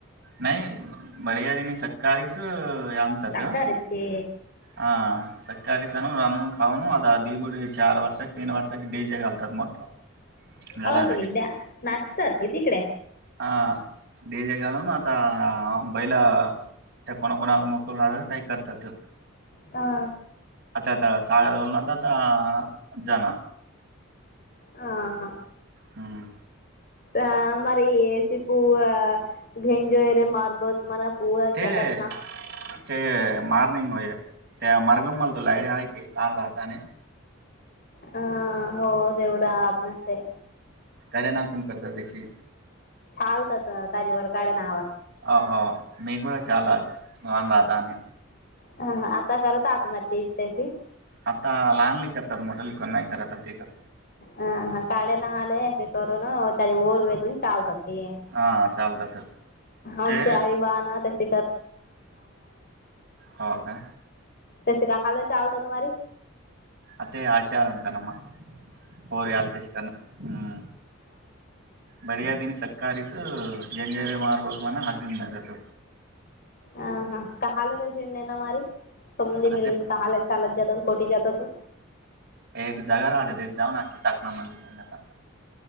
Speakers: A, on the right; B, on the left.
A: नाहीई बडयादी नि सकाळीस आणतात
B: टाकारीच
A: ह
B: ते
A: हा सकाळीस आणू खाऊ आता द बडी चार वाजता तीन वाजता डी जे घालतात मोठा घालायसाठी
B: ओके द्या नाचतर घे तिकडे
A: हा जे घाल ना आता बैला त्या कोणाकोणाला मोकल राहतात काही करतात.
B: हा.
A: ता सागोल नात आता जन
B: हा हा
A: हम्म.
B: अमर सी पूरा घेंजोयरे मारबत मला पुअर
A: ते
B: जातात ना
A: ते मार्निंग होय त्या मार्गम मल तो लाईड आहे की लहान राहता
B: हा हो तेवढं आतनच आहे.
A: कडे नाकूम करत त्याशे
B: छालतात तजेवर काळे नहावा
A: अ मी पण छानच हो ना चालेल.
B: हा हा आता करत आत मती त्याची
A: आता लहान ल करतात मोट ल कोण नाही करतात ब कां
B: ह हा काळे नहाले असे करून त्याचे ओर वेगून चालतात. ते
A: हा चालतात
B: आच्या
A: ते
B: आई बा ना त <unintelligible>
A: हो का
B: तशी काय हालत चालता तुम्हारी
A: अ ते आचार आणता ना मग होर याल तेच करण हम्म बढिया दिन तकारस जन जर मारबहद मना हगलमतत
B: अ हा कालजनना म सम
A: आता
B: मिरून
A: ते
B: काहालाच सालात जातात कोटी जातात.
A: एक जगा राहते तथे जाऊ नाी टाकणा म्ह आता